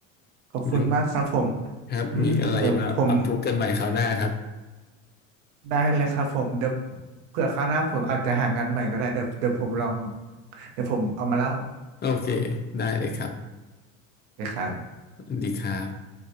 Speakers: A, on the right; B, on the left.
A: ขอบคุณมากครับผม
B: งั้นครับมีอะไรมาปรับทุกข์กันใหม่คราวหน้าครับ
A: อืมเดี๋ยวผมได้เลยครับผมเดี๋ยวเผื่อคราวหน้าผมอาจจะหางานใหม่ก็ได้เดี๋ยวเดี๋ยวผมลองเดี๋ยวผมเอามาเล่า
B: โอเคได้เลยครับ
A: นะครับ
B: สวัสดีครับ